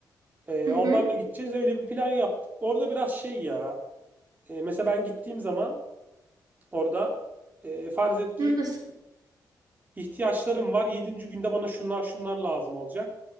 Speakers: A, on the right (about 25°); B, on the right (about 60°).
A: Ee,
B: Hı hı.
A: onlarla gideceğiz. Öyle bir plan yaptık. Orada biraz şey ya. e, mesela ben gittiğim zaman orada e, farz et ki
B: Nasıl?
A: ihtiyaçlarım var. Yedinci günde bana şunlar şunlar lazım olacak.